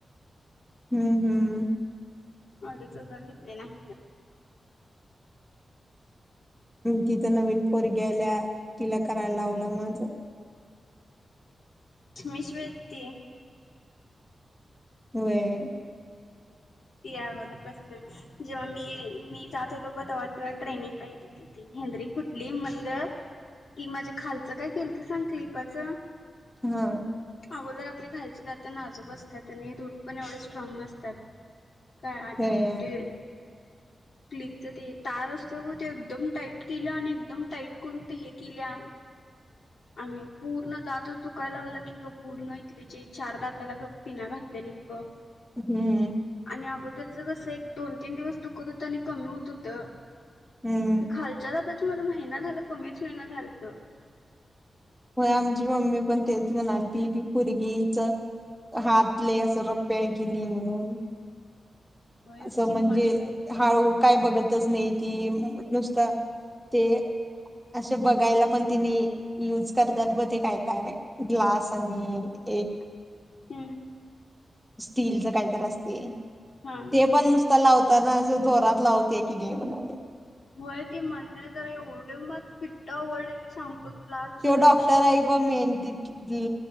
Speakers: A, in the centre; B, on the left (about 70°).
A: हम्म हम्म.
B: अडीच हजार घेतले नाही
A: म तिथं नवीन पोरगी आल्या तिला करायला लावलं माझं.
B: <unintelligible> वेलतीय
A: होय.
B: ती अगोदरपासनचं जेव्हा मी मी जात होतो तेव्हा ट्रेनिंगला येत होती, ती हेनरी कुठली म्हणलं की माझ्या खालचं काय केलती सांग क्लिपाच.
A: होय.
B: अगोदर आपली खालची दातं नाजूक असतात आणि रूट पण एवढं स्ट्रॉंग नसतात. टट काय आणि
A: व्हय
B: ते क्लिपच ते तार असतोय ब ते एकदम टाईट केल्या आणि एकदम टाईट करून ते हे केल्या आणि पूर्ण दातचं दुखायला लागलं की ग पूर्ण इथले जे चार दाताला ग पिना घातलेलीत ब
A: हम्म.
B: आणि अगोदरचा कसं आहे एक, दोन, तीन दिवस दुखत होतं आणि कंगरुत होतं.
A: हम्म
B: ते खालच्या दातात माझं महिना झाला कमीच होईना घालतं.
A: होय, आमची मम्मी पण तेच म्हणाल ती की पोरगीचा हात लई असं रफ आहे की नी म्हणून
B: होय
A: असं
B: ती
A: म्हणजे
B: मंद
A: हाळु काय बघत तसमयीत ती नुसता ते असे बघायला पण तिनी युज करतात ब ते काय? काय ग्लास आणि एक
B: ह्म्म..
A: स्टीलच काहीतरी असतय.
B: हा
A: ते पण नुसत लावत तानाज दोरात लावते की देवी म्हण.
B: होय ती म्हंदाय जरा <unintelligible> मस पिट्टवडलेली सांगतो. तुला दुसऱ्या
A: ते डॉक्टर
B: दिवशी
A: आय बा मेन. गी